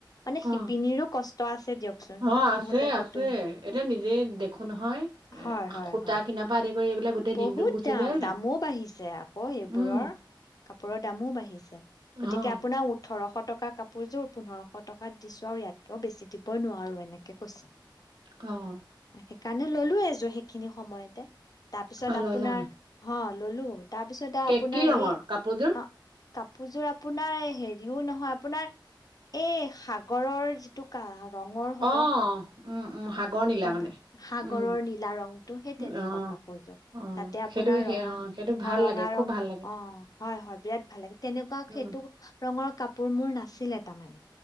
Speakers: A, on the left; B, on the right.
A: মানে
B: অ',
A: শিপিনীৰো কষ্ট, <unintelligible>
B: অ
A: সিহঁতকোতো
B: আছে আছে এতিয়া নিজে দেখো নহয় এ
A: হয় হয়
B: সূতা
A: হয়
B: কিনাৰ পা আদি কৰি এইবিলাক গোটেই
A: বহুত
B: দিনটো গুচি
A: দাম
B: যায় নে
A: দামো বাঢ়িছে আকৌ এইবোৰৰ
B: উম,
A: কাপোৰৰ দামো বাঢ়িছে
B: অ',
A: গতিকে আপোনাৰ ওঠৰশ, টকা কাপোৰযোৰ পোন্ধৰশ টকাত দিছো আৰু ইয়াতকিয়ও বেছি দিব নোৱাৰো এনেকে কৈছে,
B: অ'
A: সেইকাৰণে ললো এযোৰ সেইখিনি সময়তে, তাৰপিছত
B: অ',
A: আপোনাৰ
B: ললা
A: হল, ল'লো, তাৰপিছত আপোনাৰ
B: কে, কি ৰঙৰ
A: এই
B: কাপোৰযোৰ?
A: অ কাপোৰযোৰ আপোনাৰ হেৰিও নহয় আপোনাৰ এই সাগৰৰ যিটো কাহ, ৰঙৰ
B: অ',
A: হ'ব
B: উম, উম, সাগৰ নীলা
A: গম
B: মানে
A: পাই সাগৰৰ
B: উম,
A: নীলা ৰংটো সেই তেনেকুৱা
B: অ',
A: কাপোৰযোৰ
B: অ',
A: তাতে আপোনাৰ
B: সেইটো সেই
A: ৰঙা
B: অ', সেইটো ভাল
A: অ ৰঙা
B: লাগে খুব
A: ৰং
B: ভাল লাগে
A: অ হয় হয় বিৰাত ভাল লাগে তেনেকুৱা
B: উম,
A: সেইটো ৰঙৰ কাপোৰ মোৰ নাছিল। তাৰ মানে